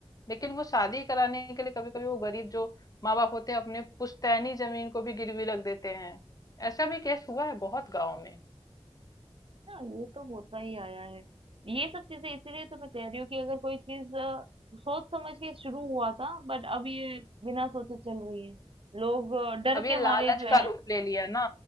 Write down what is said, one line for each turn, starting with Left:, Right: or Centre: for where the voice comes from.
Left: लेकिन वो शादी कराने के लिए कभी कभी वो गरीब जो माँ बाप होते हैं अपने पुश्तैनी जमीन को भी गिरवी रख देते हैं ऐसा भी केस हुआ है बहुत गाँव में
Right: हाँ ये तो होता ही आया है ये सब चीजें इसीलिए तो मैं कह रही हूँ कि अगर कोई चीज अ, सोच समझ के शुरू हुआ था बट अब ये बिना सोचे चल रही है लोग अ, डर
Left: अब ये
Right: के
Left: लालच
Right: मारे जो
Left: का
Right: है
Left: रूप ले लिया ना